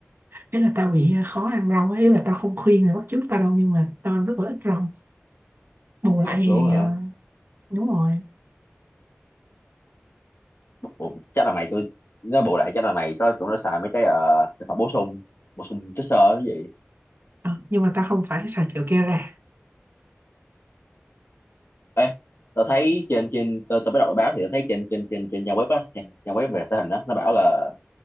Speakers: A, on the right; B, on the left.
A: Thế là tao bị ờ, khó ăn rau ấy là tao không khuyên mày bắt chước tao đâu nhưng mà tao ăn rất là ít rau bù lại
B: thật
A: thì
B: luôn hả
A: ờ, đúng rồi
B: Ủa, chắc là mày tôi nó bù lại chắc là mày có tụi nó xài mấy cái ờ, thực phẩm bổ sung bổ sung chất xơ cái gì
A: Ờ, nhưng mà tao không phải xài kiểu kia ra
B: Ê, tao thấy trên trên tao, tao mới đọc bài báo thì tao thấy trên trên trên trên trang web á, trên trang web về thể hình á, nó bảo là